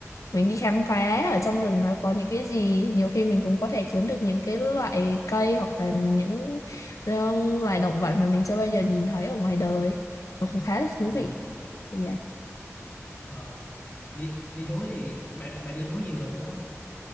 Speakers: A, on the left; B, on the left.
A: mình đi khám phá ở trong rừng nó có những cái gì nhiều khi mình cũng có thể kiếm được những cái loại cây hoặc là những ờ, loài động vật mà mình chưa bao giờ nhìn thấy ở ngoài đời nó cũng khá là thú
B: ừ,
A: vị như vậy
B: ờ, đi đi núi thì bà bà đi núi gì rồi đúng không